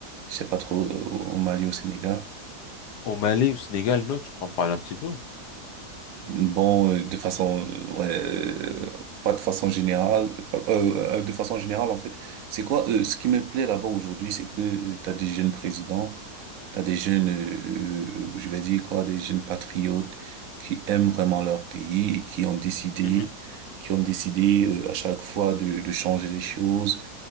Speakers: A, on the right (about 65°); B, on the left (about 80°).
A: Je sais pas trop, euh, au Mali, au Sénégal.
B: Au Mali, au Sénégal, non, tu peux en parler un petit peu.
A: Bon, euh, de façon, euh, ouais, euh, pas de façon générale, pas- euh, euh, de façon générale en fait. C'est quoi, euh, ce qui me plaît là-bas aujourd'hui, c'est que tu t'as des jeunes présidents, t'as des jeunes, euh, euh, euh, je vais dire quoi, des jeunes patriotes qui aiment vraiment leur pays et qui ont décidé,
B: Mhm,
A: qui ont décidé euh, à chaque fois de, de changer les choses